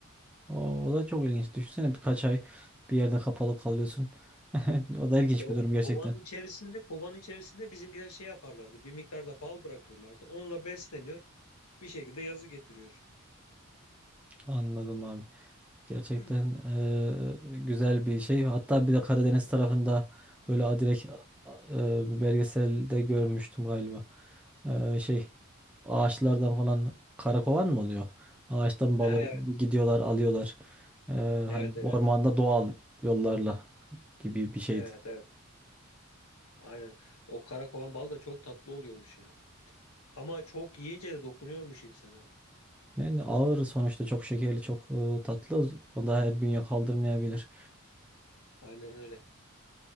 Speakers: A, in the centre; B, on the left.
A: O, o da çok ilginç. Düşünsene birkaç ay bir yerde kapalı kalıyorsun. <laughs> O da ilginç
B: İşte o
A: bir durum gerçekten.
B: kovanın içerisinde kovanın içerisinde bizimkiler şey yaparlardı. Bir miktar da bal bırakıyorlardı. Onunla besleniyor. Bir şekilde yazı getiriyor.
A: Anladım abi. Gerçekten
B: <clears throat>
A: eee, güzel bir şey. Hatta bir de Karadeniz tarafında böyle adirek eee, bir belgeselde görmüştüm galiba. Eee, şey ağaçlardan falan karakovan mı oluyor? Ağaçtan balık
B: Ha, evet.
A: gidiyorlar alıyorlar. Eee,
B: Evet
A: hani
B: evet.
A: ormanda doğal yollarla gibi bir şeydi.
B: Evet evet. Aynen. O kara kovan bal da çok tatlı oluyormuş ya. Ama çok yiyince de dokunuyormuş insana.
A: Yani ağır sonuçta çok şekerli çok e, tatlı o da her bünye kaldırmayabilir.
B: Aynen öyle.